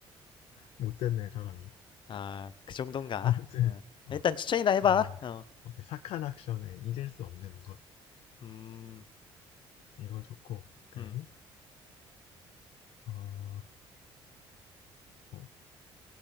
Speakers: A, on the left; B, on the left.
A: 못됐네 사람이.
B: 아, 그 정도인가?
A: 아무튼
B: 아,
A: 어
B: 일단 추천이나 해봐.
A: 그러면은
B: 어,
A: 오케이 사칸 액션의 잊을 수 없는 것
B: 음,
A: 이거 좋고 그리고
B: 음,
A: 어 뭐,